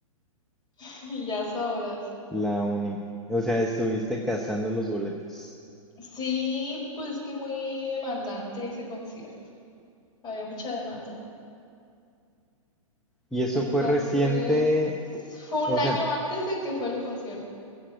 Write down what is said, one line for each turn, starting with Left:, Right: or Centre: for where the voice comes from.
Left: <laughs> Ya sabrás.
Centre: la única. O sea, estuviste cazando los boletos.
Left: Sí, pues que muy demandante ese concierto. Había mucha demanda.
Centre: Y eso
Left: Entonces,
Centre: fue reciente,
Left: fue un
Centre: o sea,
Left: año antes de que fue el concierto.